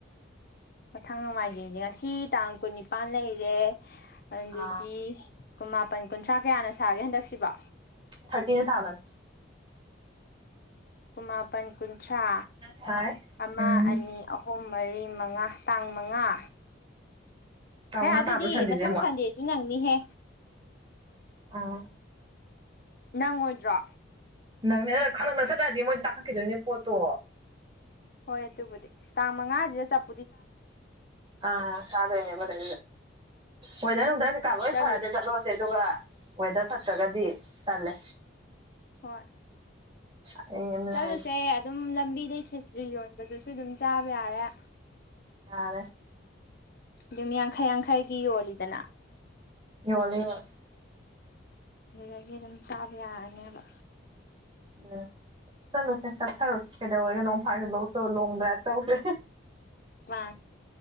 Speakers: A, on the left; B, on the right.
A: ꯃꯊꯪ ꯅꯣꯡꯃꯥꯏꯖꯤꯡꯁꯦ ꯉꯁꯤ ꯇꯥꯡ ꯀꯨꯟꯅꯤꯄꯥꯜ ꯂꯩꯔꯦ ꯑꯗꯨꯗꯤ
B: ꯑꯥ
A: ꯀꯨꯟ ꯃꯥꯄꯟ ꯀꯨꯟꯊ꯭ꯔꯥ ꯀꯌꯥꯅ ꯁꯥꯒꯦ ꯍꯟꯗꯛꯁꯤꯕ
B: ꯊꯔꯇꯤ ꯁꯦꯕꯦꯟ
A: ꯀꯃꯥ ꯃꯥꯄꯟ ꯀꯨꯟꯊ꯭ꯔꯥ
B: ꯁꯥꯏ
A: ꯑꯃ
B: ꯎꯝ
A: ꯑꯅꯤ ꯑꯍꯨꯝ ꯃꯔꯤ ꯃꯉꯥ ꯇꯥꯡꯉ ꯃꯉꯥ
B: ꯇꯥꯃꯉꯥ
A: ꯑꯦ ꯑꯗꯨꯗꯤ
B: ꯇꯥꯕ꯭ꯔꯥ ꯁꯟꯗꯦꯁꯦ
A: ꯃꯊꯪ
B: ꯑꯃꯨꯛ
A: ꯁꯟꯗꯦꯁꯨ ꯅꯪꯅꯤꯍꯦ
B: ꯑꯥ
A: ꯅꯪꯉꯣꯏꯗ꯭ꯔꯣ
B: ꯅꯪꯅ ꯈꯗꯪꯅ ꯁꯠꯂꯛꯑꯗꯤ ꯃꯣꯏꯁꯨ ꯇꯥꯈꯠꯈꯤꯗꯣꯏꯅꯦ ꯄꯣꯠꯇꯣ
A: ꯍꯣꯏ ꯑꯗꯨꯕꯨꯗꯤ ꯇꯥꯡ ꯃꯉꯥꯁꯤꯗ ꯆꯞ
B: ꯑ ꯁꯥꯗ ꯏꯅꯦ ꯃꯗ ꯃꯣꯏꯗꯥꯅ ꯎꯗ ꯩꯀꯥ ꯂꯣꯏ
A: ꯆꯠꯂꯨꯁꯤ
B: ꯐꯔꯗꯤꯦ ꯆꯠꯂꯣꯁꯦ ꯑꯗꯨꯒ ꯋꯦꯗꯔ ꯐꯠꯇ꯭ꯔꯒꯗꯤ ꯇꯜꯂꯦ
A: ꯍꯣꯏ
B: ꯑꯩ ꯑꯗꯨꯅ
A: ꯆꯠꯂꯨꯁꯦ
B: ꯍꯥꯏꯁꯦ
A: ꯑꯗꯨꯝ ꯂꯝꯕꯤꯗꯩ ꯈꯦꯇ꯭ꯔꯤ ꯌꯣꯟꯕꯗꯨꯁꯨ ꯑꯗꯨꯝ ꯆꯥꯕ ꯌꯥꯔꯦ
B: ꯑꯗꯦ
A: ꯌꯨꯝ ꯌꯥꯡꯈꯩ ꯌꯥꯡꯈꯩꯒꯤ ꯌꯣꯜꯂꯤꯗꯅ
B: ꯌꯣꯜꯂꯦ ꯌꯣꯜꯂꯦ
A: ꯑꯗꯨꯗꯒꯤ ꯑꯗꯨꯝ ꯆꯥꯕ ꯌꯥꯔꯅꯦꯕ
B: ꯎꯝ ꯆꯠꯂꯨꯁꯦ ꯆꯠꯊꯔꯨꯁꯤ ꯀꯩꯗꯧꯔꯦꯒ ꯅꯣꯡ ꯐꯥꯁꯤꯗꯧꯁꯨ ꯂꯣꯡ ꯗ꯭ꯔꯥꯏꯚ ꯇꯧꯁꯦ
A: ꯃꯥ